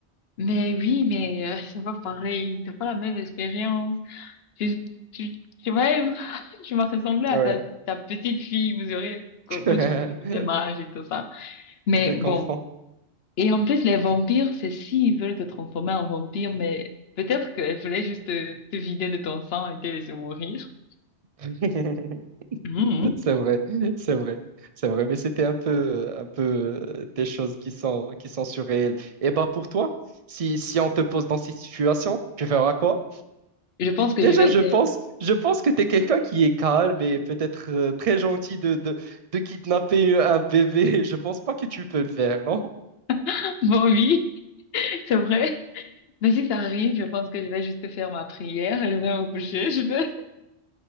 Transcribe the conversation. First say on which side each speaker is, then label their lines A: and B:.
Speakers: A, on the left; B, on the right.
A: Mais oui, mais euh, c'est pas pareil, c'est pas la même expérience. Tu, tu, tu vas être, <laughs> tu vas ressembler à
B: Ouais.
A: ta, ta petite fille, vous aurez comme
B: <laughs>
A: si vous aviez le même âge et tout ça. Mais
B: Je comprends.
A: bon. Et en plus, les vampires, c'est s'ils veulent te transformer en vampire, mais peut-être qu'elles voulaient juste te, te vider de ton sang et te laisser mourir.
B: <laughs>
A: Mhm.
B: C'est vrai, c'est vrai, c'est vrai. Mais c'était un peu, un peu euh, des choses qui sont, qui sont surréelles. Et bah pour toi, si, si on te pose dans cette situation, tu feras quoi?
A: Je pense que
B: Déjà,
A: je vais
B: je
A: faire...
B: pense, je pense que tu es quelqu'un qui est calme et peut-être euh, très gentil de, de, de kidnapper un bébé. <laughs> Je pense pas que tu peux le faire, non?
A: <laughs> Bon, oui, c'est vrai. Mais si ça arrive, je pense que je vais juste faire ma prière et je vais me coucher. Je vais,